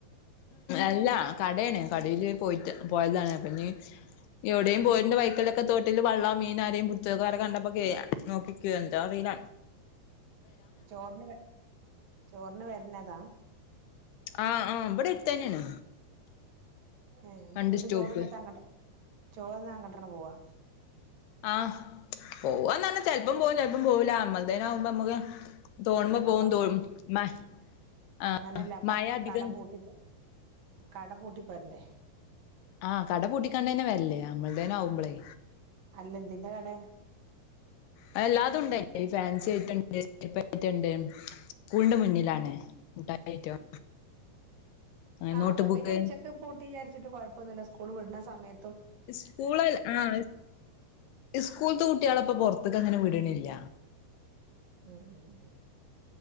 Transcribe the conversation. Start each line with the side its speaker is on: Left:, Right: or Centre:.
Left: അല്ല കടയാണ് കടയില് പോയിട്ട പോയതാണ് പിന്നെ എവിടെയും പോന്റെ ബൈക്കലൊക്കെ തോ വട്ടില് വെള്ള മീന ആരെയും പുത്തക്കാരെ കണ്ടപ്പോ കേ നോക്കിക്കു എന്താ അറില
Right: ചോറിന് ചോറിന് വരണതാ
Left: ആഹ് ആഹ് ഇവിടെ അടുത്തന്നെയാണ്
Right: ഏ അപ്പ്
Left: രണ്ട് സ്റ്റോപ്പ്
Right: ചോറ് തിന്നിട്ട് അങ്ങട്ട് ചോറ് തിന്നിട്ട് അങ്ങോട്ടന്നെ പോവാ
Left: ആഹ് പോവാന്നർഞ്ഞ ചെല്പ്പം പോവും ചെല്പ്പം പോവൂല അമ്മൾത്തെനാവുമ്പോ അമ്മ <unintelligible> തോന്നുമ്പം പോവും
Right: അപ്പൊ അങ്ങനെ
Left: തോം മ
Right: അങ്ങനെയല്ല
Left: ആഹ്
Right: അപ്പൊ
Left: മഴ ധികം
Right: കട പൂട്ടി കട പൂട്ടി പോരണ്ടേ.
Left: ആഹ് കട പൊട്ടിക്കാണ്ടേന്നെ വെര്ല് അമ്മൾ തേനാവുമ്പളേ
Right: അല്ലെന്തിന്റെ കട
Left: ആ എല്ലാതും ഉണ്ടേ ഫാൻസി ഐറ്റമുണ്ട് ചെരുപ്പ് ഐറ്റമുണ്ട് സകൂളിന്റെ മുന്നിലാണ് മുട്ടായി ഐറ്റം അങ്ങനെ
Right: ആഹ്
Left: നോട്ട്
Right: അപ്പ
Left: ബുക്ക്
Right: പിന്നെ ഉച്ചയ്ക്ക് പൂട്ടി വിചാരിച്ചിട്ട് കുഴപ്പവൊന്നുമില്ല സ്കൂള് വിടുന്ന സമയ
Left: സ്കൂള് ആ സ്കൂളിത്തെ കുട്ടികളപ്പൊ പുറ ത്തേക്കങ്ങനെ വിടണില്ല
Right: ആഹ് ആഹ് ആഹ്